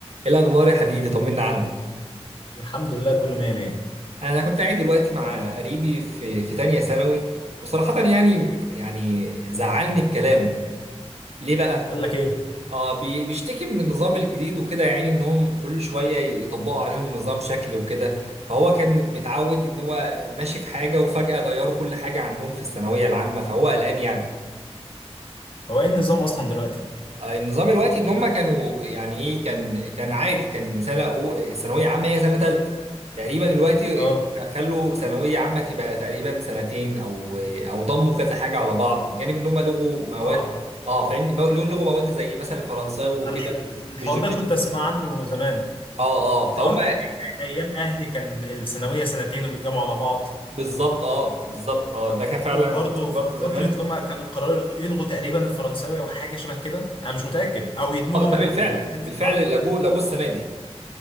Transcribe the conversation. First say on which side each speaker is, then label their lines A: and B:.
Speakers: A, on the right; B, on the left.
A: ايه الاخبار يا حبيبي طمنا عنك
B: الحمد لله كله مية مية
A: انا كنت قاعد دلوقتي مع قريبي في في تانية ثانوي وصراحة يعني يعني زعلني بكلامه ليه بقى
B: قال لك ايه
A: اه بي- بيشتكي من النظام الجديد وكده يعني انهم كل شوية يطبقوا عليهم نظام شكل وكده فهو كان متعود ان هو ماشي في حاجة وفجأة غيروا كل حاجة عندهم في الثانوية العامة فهو قلقان يعني
B: هو ايه النظام اصلا دلوقتي
A: النظام الوقتي ان هم كانوا يعني ايه كان كان عادي كان سنه أو- ثانويه عامه هي سنه ثالثه تقريبا الوقتي
B: اه
A: خلوا ثانويه عامه تبقى تقريبا سنتين او او ضموا كذا حاجه على بعض بجانب ان هم لغوا مواد
B: اه
A: اه فاهمني مو- لغوا مواد زي مثلا الفرنساوي وكده
B: انا الح- الحوار
A: والجيولوجيا
B: ده كنت اسمع عنه زمان
A: اه اه فهم
B: حوار أي- أي- ايام اهلي كان الثانويه سنتين وبيتجمعوا على بعض
A: بالظبط اه بالظبط اه ده كان فعلا
B: وبرضه
A: حصل برضه
B: في
A: زمان
B: فتره لما كانوا قرروا يلغوا تقريبا الفرنساوي او حاجه شبه كده انا مش متاكد او يدمجوا
A: اه
B: مد-
A: ده بالفعل
B: مد- مادتين
A: بالفعل
B: في بعض
A: لغوه لغوه السنه دي